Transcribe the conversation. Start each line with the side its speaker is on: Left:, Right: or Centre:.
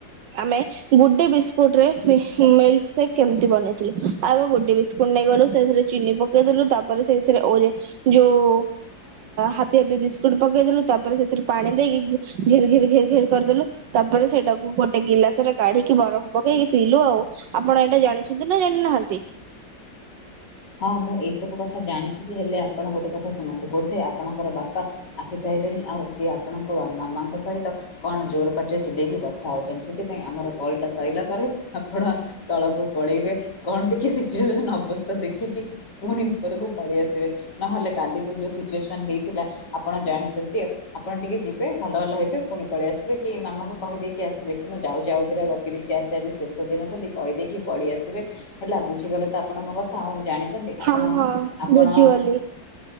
Right: ଆମେ ଗୁଡେ ବିସ୍କୁଟରେ ମିଲ୍କି ସେକ କେମିତି ବନେଇଥିଲୁ? ଆଗ ଗୁଡେ ବିସ୍କୁଟ ନେଇଗଲୁ ସେଥିରେ ଚିନି ପକେଇଦେଲୁ ତାପରେ ସେଇଥିରେ ଓରେ ଯୋଉ ହାପି ହାପି ବିସ୍କୁଟ ପକେଇଦଲୁ ତାପରେ ସେ ଥିରେ ପାଣି ଦେଇକି ଘିର୍ ଘିର୍ ଘିର୍ ଘିରି କରିଦେଲୁ ତାପରେ ସେଇଟାକୁ ଗୋଟେ ଗିଲାସ ରେ କାଢିକି ବରଫ ପକେଇକି ପିଇଲୁ ଆଉ ଆପଣ ଏଇଟା ଜାଣିଛନ୍ତି ନା ଜାଣିନାହାନ୍ତି?
Left: ହଁ ମୁଁ ଏଇସବୁ କଥା ଜାଣିଛି ଯେ ହେଲେ ଆପଣ ଗୋଟେ କଥା ଶୁଣନ୍ତୁ ବୋଧେ ଆପଣଙ୍କର ବାପା ଆସି ସାରିଲେଣି ଆଉ ସିଏ ଆପଣଙ୍କ ବା ମାମାଙ୍କ ସହିତ କଣ ଜୋର ପାଟିରେ ଚିଲେଇକି କଥା ହଉଛନ୍ତି ସେଥିପାଇଁ ଆମର କଲଟା ସରିଲା ପରେ ଆପଣ ତଳକୁ ପଳେଇବେ କଣ ଟିକେ ସିଚୁଏସନ ଅବସ୍ଥା ଦେଖିକି ପୁଣି ଉପରକୁ ପଳେଇ ଆସିବେ। ନହେଲେ କାଲି ତ ଯୋଉ ସିଚୁଏସନ ହେଇଥିଲା ଆପଣ ଜାଣିଛନ୍ତି ଆଉ। ଆପଣ ଟିକେ ଯିବେ ହଲ ହଲ ହେବେ ପୁଣି ପଳେଇ ଆସିବେ କି ମାମାଙ୍କୁ କହିଦେଇକି ଆସିବେ କି ମୁଁ ଯାଉଛି ଆଉ ଦିଟା ଗ କରିକି ଆସେ ଆଜି ଶେଷ ଦିନ ବୋଲି କହିଦେଇକି ପଳିଆସିବେ ହେଲା ବୁଝିଗଲେ ତ ଆପଣ ମୋ କଥା ଆଉ ଜାଣିଥି ଛନ୍ତି ଆପଣ
Right: ହଁ ହଁ
Left: ଆପଣ
Right: ବୁଝିଗଲି।